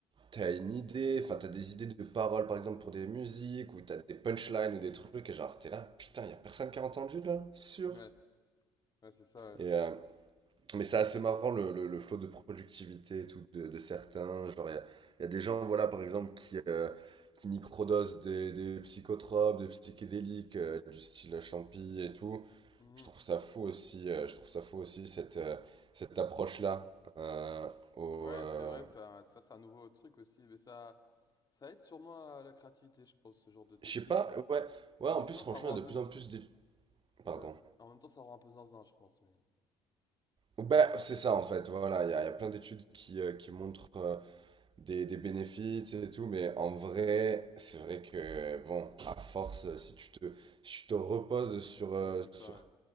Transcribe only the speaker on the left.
Ouais, ouais, c'est ça, ouais.
Mhm.
Ouais,
c'est vrai, ça, ça c'est un nouveau truc aussi, mais ça, ça aide sûrement à la créativité, je pense, ce genre de technique.
Mais
en même
temps,
ça rend
un
peu,
d-
ouais,
en même temps, ça rend un peu zinzin, je pense, mais
ouais, c'est ça,
ouais.